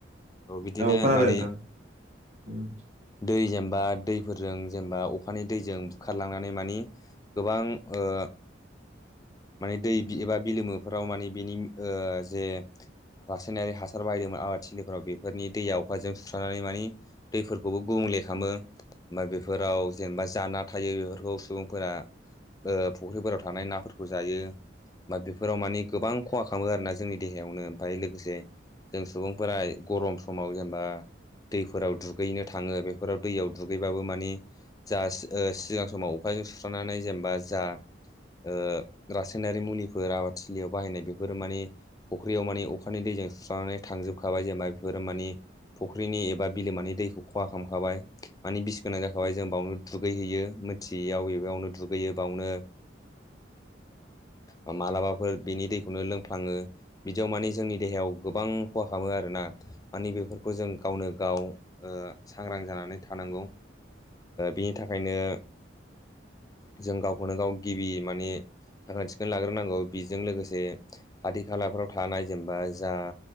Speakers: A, on the left (about 20°); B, on the right (about 35°).
A: औ बिदिनो
B: खोनादों
A: माने
B: नोंथां औ
A: दैजों बा दैफोरजों जेनेबा अखानि दैजों बुखारलांनानै माने गोबां ओ माने दै एबा बिलोमोफोराव माने बिनि ओ जे रासायनारि हासार बाहायदोंमोन आबाद थिलिफोराव बेफोरनि दैया अखाजों सुस्रनानै मानि दैफोरखौबो गुबुं ले खालामो ओमफ्राय बेफोराव जेनेबा जाना थायो बेफोरखौ सुबुंफोरा ओ फुख्रिफोराव थानाय नाफोरखौ जायो बा बेफोराव मानिे गोबां खहा खालामो आरोना जोंनि देहायावनो ओमफाय लोगोसे जों सुबुंफोरा गरम समाव जेनेबा दैफोराव दुगैनो थाङो बेफोराव दैयाव दुगैबाबो मानिे जा सिगां समाव अखा जों सुस्रानानै जेनेबा जा ओ रासायनारि मुलिफोर आबादथिलियाव बाहायनाय बेफोरो माने फुख्रियाव माने अखानि दैजों सुस्रानानै थाङ थांजोबखाबाय जेनेबा बेफोर मानिे फुख्रिनि एबा बिलोमानि दैखौ खहा खालामखाबाय मानि बिस गोनां जाखाबाय जों बावनो दुगैहैयो मिथियैयाव बे बेयावनो दुगैयो बावनो
B: <inaudible>
A: ओ मालाबाफोर बिनि दैखौनो लोंफ्लाङो बिदियाव मानि जोंनि देहायाव गोबां खहा खालामो आरोना मानि बेफोरखौ जों गावनो गाव सांग्रां जानानै थानांगौ बिनि थाखायनो जों गावखौनो गाव गिबि माने साखोन सिखोन लाग्रोनांगौ बेजों लोगोसे खाथि खालाफ्राव थानाय जेनेबा जा